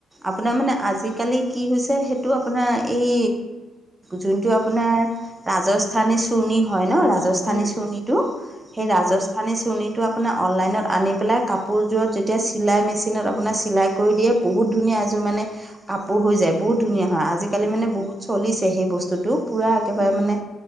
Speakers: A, on the right; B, on the left.
A: আপোনাৰ মানে আজিকালি কি হৈছে সেই টো আপোনাৰ এই যোনটো আপোনাৰ ৰাজস্থানী চুৰ্ণী হয় ন'ৰাজস্থানী
B: উম
A: চুৰ্ণীটো সেই
B: উম
A: ৰাজস্থানী চুৰ্ণীটো আ অনলাইনত আনি পেলাই কাপোৰযোৰত যেতিয়া চি চিলাই মেচিনত আপোনাৰ চিলাই কৰি দিয়ে বহুত ধুনীয়া এযোৰ মানে কপোৰ হৈ যায় বহুত ধুনীয়া। আজিকালি
B: উম
A: মানে বহুত চলিছে সেই বস্তুটো পোৰা একেবাৰে
B: উম
A: মানে